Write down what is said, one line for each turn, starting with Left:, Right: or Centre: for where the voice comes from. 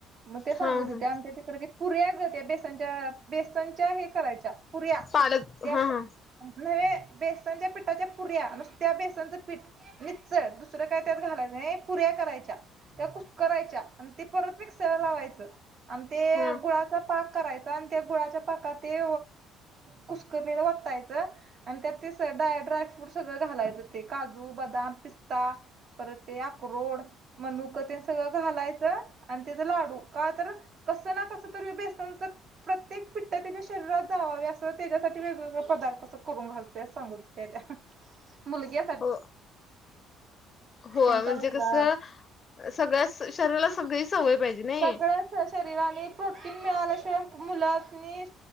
Right: मग ते सांगत
Left: हा
Right: होते
Left: हा
Right: आमच्या तिकडे पुरीग त्या बेसनच्या बेसनच्या हे करायच्या पुऱ्या
Left: पालक
Right: त्या
Left: हा हा
Right: न बेसनच्या पिठाच्या पुर्या न त्या बेसनचं पीठ. निित्चळ दुसरं काय त्यात घालायचंय पुऱ्या करायच्या त्याुस करायच्या ते परत मिक्सर लावायच आणि ते
Left: हा
Right: गुळाचा पाक करायचा. त्या गुळाच्या पाकात ते कुसक वतायचं. आणि त्यात ते डा ड्राय फ्रूट सगळं घालायचं ते काजू बदाम पिस्ता. पर ते या करोड मनुकते सगळं घालायचं आणि त्याचा लाडू का तर कस ना कस त बेसनच. प्रत्येक पिठठ त्याच्या शरीरात जावावे असं तर त्याच्यासाठी वेगवेगळे पदार्थ अस करून घालतो सांग त्या. मुलग्या
Left: हो हो
Right: त्यांचा
Left: म्हणजे
Right: मुलगा
Left: कस? सगळ्या शरीराला सगळी सवय पाहिजे नाही.
Right: सगळ्या शरीराने प्रोटीन मिळाल्याशिवाय मुलांनी